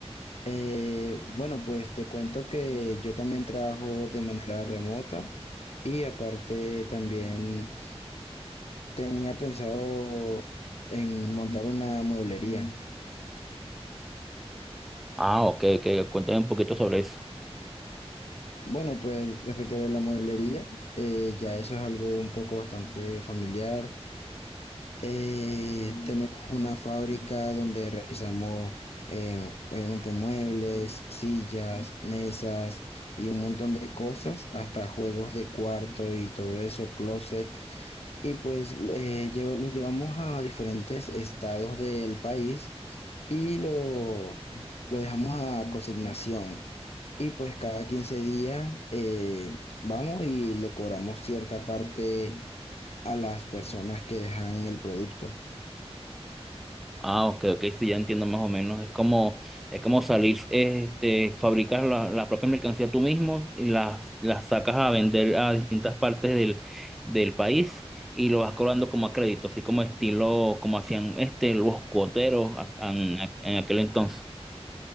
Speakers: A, on the left; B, in the centre.
A: Eh, bueno, pues te cuento que yo también trabajo de manera remota y aparte también tenía pensado en montar una mueblería.
B: Ah, ok, ok, cuéntame un poquito sobre eso.
A: Bueno, pues respecto a la mueblería, eh, ya eso es algo un poco bastante familiar. Eh, tenemos una fábrica donde realizamos, eh, obviamente, muebles, sillas, mesas y un montón de cosas, hasta juegos de cuarto y todo eso, closet. Y pues eh, llevo- los llevamos a diferentes estados del país y lo, lo dejamos a consignación. Y pues cada 15 días eh, vamos y le cobramos cierta parte a las personas que dejan el producto.
B: Ah, ok, ok, sí, ya entiendo más o menos. Es como, es como salir, este, fabricar la, la propia mercancía tú mismo y las, las sacas a vender a distintas partes del, del país y lo vas cobrando como a crédito, así como estilo, como hacían este, los cuoteros a- en en aquel entonces.